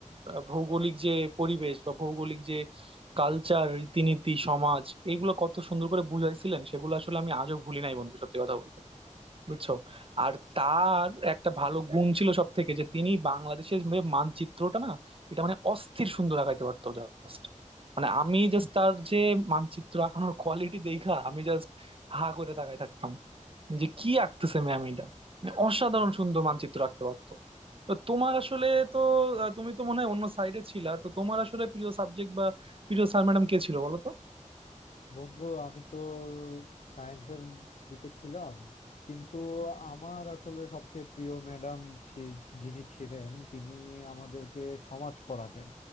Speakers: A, on the right; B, on the left.
A: আহ, ভৌগোলিক যে পরিবেশ বা ভৌগোলিক যে কালচার রীতিনীতি সমাজ এগুলো কত সুন্দর করে বুঝাইছিলেন সেগুলো আসলে আমি আজও ভুলি নাই বন্ধু সত্যি কথা বলতে বুঝছো আর তার একটা ভালো গুণ ছিল সব থেকে যে তিনি বাংলাদেশের যে মানচিত্রটা না এটা মানে অস্থির সুন্দর আঁকাইতে পারতো জাস্ট মানে আমি জাস্ট তার যে মানচিত্র আঁকানোর কোয়ালিটি দেখা আমি জাস্ট হা করে তাকাই থাকতাম যে কি আঁকতেছে ম্যাম এটা মানে অসাধারণ সুন্দর মানচিত্র আঁকতে পারতো তো তোমার আসলে তো আহ, তুমি তো মনে হয় অন্য সাইডে ছিলা তো তোমার আসলে প্রিয় সাবজেক্ট বা প্রিয় স্যার ম্যাডাম কে ছিল বলো তো
B: বন্ধু আমি তো সায়েন্সের দিকে ছিলাম কিন্তু আমার আসলে সবচেয়ে প্রিয় ম্যাডাম যিনি ছিলেন তিনি আমাদেরকে সমাজ পড়াতেন